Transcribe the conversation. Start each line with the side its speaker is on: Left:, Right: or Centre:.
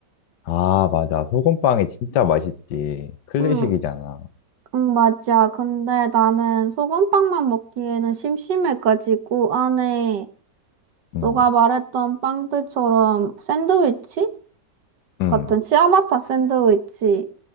Left: 아, 맞아. 소금빵이 진짜 맛있지. 클래식이잖아.
Right: 응, 응, 맞아. 근데 나는 소금빵만 먹기에는 심심해가지고 안에
Left: 응,
Right: 너가 말했던 빵들처럼 샌드위치?
Left: 응,
Right: 같은 치아바타 샌드위치